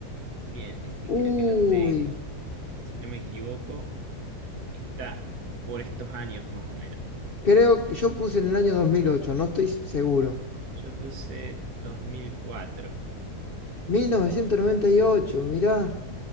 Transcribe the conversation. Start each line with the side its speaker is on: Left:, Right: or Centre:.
Right: Bien, este
Left: Uy,
Right: creo que lo tengo. Si no me equivoco, está por estos años más o menos.
Left: creo que yo puse en el año 2008, no estoy seguro.
Right: Yo puse 2004.
Left: 1998, mirá.